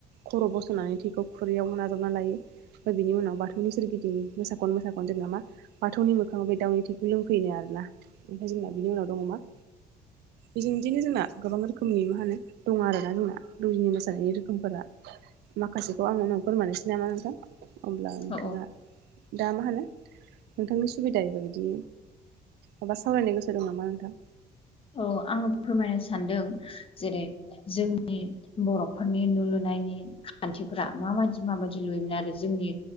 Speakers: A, on the right; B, on the left.
A: खर' बस'नानै थैखौ खुरैयाव नाजावना लायो ओमफ्राय बेनि उनाव बाथौनि सोरगिदिं मोसा खन मोसा खन जोंना मा बाथौनि मोखाङाव बे दाउनि थैखौ लोंफैयोनो आरोना ओमफ्राय जोंना बिनि उनाव दङ मा बेजों बिदिनो जोंना गोबां रोखोमनि मा होनो दङ आरोना जोंना दौदिनि मोसानायनि रोखोमफोरा माखासेखौ आं उनाव फोरमानोसै नामा नोंथां अब्ला नोंथाङा
B: औ
A: दा मा होनो नोंथांनि सुबिदायै बायदि माबा सावरायनो गोसो दं नामा नोंथां
B: औ आङो फोरमायनो सानदों जेरै जोंनि बर'फोरनि नु लुनायनि खान्थिफोरा माबायदि माबायदि लुयोमोन आरो जोंनि